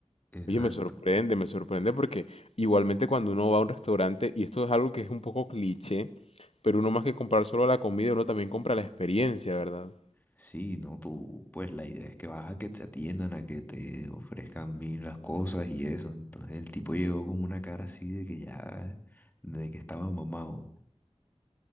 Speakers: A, on the left; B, on the left.
A: exacto.
B: Oye, me sorprende, me sorprende porque igualmente cuando uno va a un restaurante, y esto es algo que es un poco cliché, pero uno más que comprar solo la comida, uno también compra la experiencia, ¿verdad?
A: Sí, no, tú, pues la idea es que vas a que te atiendan, a que te ofrezcan bien las cosas y eso. Entonces el tipo llegó con una cara así de que ya, de que estaba mamado.